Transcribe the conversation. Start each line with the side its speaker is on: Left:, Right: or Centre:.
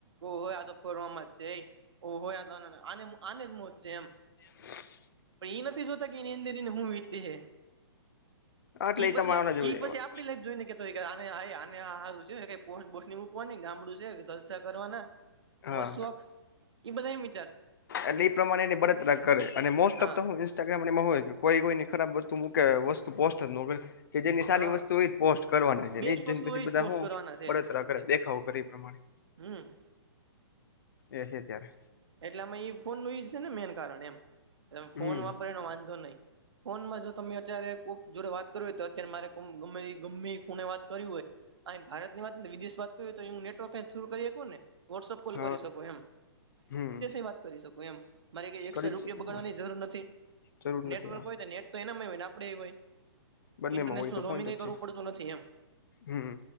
Right: ઓહો એ ફરવા માર છે ઓહો આને મર છે એમ
Left: <inaudible>
Right: પણ એ નથી શતા કે એંદેને હું વીતી હે
Left: હા એટલે
Right: ઈ
Left: એ
Right: પછી
Left: તમારે જોવું
Right: ઈ પછી આપડી લાઈફ જોઈને કેતો આને આારું છે પો બોની મૂકવાની ગામડું છે જલસા કરવાના.
Left: હા
Right: મોસખ એ બધ મિત
Left: એટલે એ પ્રમાણે એની બળતરા કરે અને મોસ્ટ
Right: હા
Left: ઓફ ધ હું માં હોય કોઈ કોઈની ખરાબ વસ્તુ મૂકે વસ્તુ પોસ્ટ જ નો કરે કે જેની સારી
Right: હા
Left: વસ્તુ હો પોસ્ટ કરવાની છે
Right: બેસ્ટ વસ્તુ
Left: પછી
Right: એ જ
Left: બધા
Right: પોસ્ટ
Left: હું
Right: કરવાના છે
Left: બળતરા કરે દેખાવ કરે એ પ્રમાણે
Right: હમ
Left: એ છેત્યારે
Right: એટલે આમાં એ ફોન ન યજ છે ને મેન કારણ એમ
Left: હમ
Right: ફોન વાપરી વાંધો નહીિ ફોનમાં જો તમે અત્યારે કોક જોડે વાત કરવી હોય તો અત્યારે મારે ગ ગમે ફોને વાત કર હોય અ ભારતની વાત ને વિદેશ વાત તો એું નેટવર્ક શર કરીકું ને વોટ્સઅપ કોલ
Left: હ
Right: કરી શકો એમ
Left: હમ
Right: ત કરી શ એ મારે ક એક
Left: કરી જ
Right: રૂપિયા
Left: શકે
Right: બગડવાની
Left: ને
Right: જરૂર નથી
Left: જરૂર
Right: નેટવર્ક
Left: નથી આ
Right: હોય નેટ તો એનામાંય ને આપડે એ હોય
Left: બંનેમાં
Right: ઇન્ટરનેશનલ
Left: હોય તો પોઈન્ટ
Right: રોમિંગ
Left: જ
Right: એ કરવું
Left: છે
Right: પડતું નથી એમ
Left: હમ